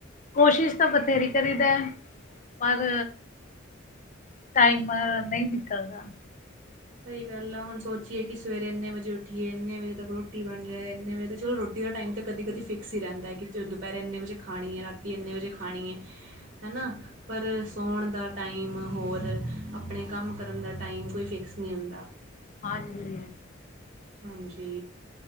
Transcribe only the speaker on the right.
ਸਹੀ ਗੱਲ ਆ ਹੁਣ ਸੋਚੀਏ ਕਿ ਸਵੇਰੇ ਇੰਨੇ ਵਜੇ ਉੱਠੀਏ ਏਨੇ ਵਜੇ ਤੱਕ ਰੋਟੀ ਬਣ ਜਾਏ ਏਨੇ ਵਜੇ ਤ ਚਲੋ ਰੋ ਤੇ ਦਾ ਟਾਈਮ ਤਾਂ ਕਦੀ-ਕਦੀ ਫਿਕਸ ਹੀ ਰੈਂਦਾ ਕਿਤੇ ਉਹ ਦੁਪੈਰ ਇੰਨੇ ਵਜੇ ਖਾਣੀ ਹੈ ਰਾਤੀ ਇੰਨੇ ਵਜੇ ਖਾਣੀ ਏ। ਹਨਾ। ਪਰ ਸੌਣ ਦਾ ਟਾਈਮ ਹੋਰ ਆਪਣੇ ਕੰਮ ਕਰਨ ਦਾ ਟਾਈਮ ਕੋਈ ਫਿਕ ਕਸ ਨਈ ਹੁੰਦਾ।
ਹਾਂਜੀ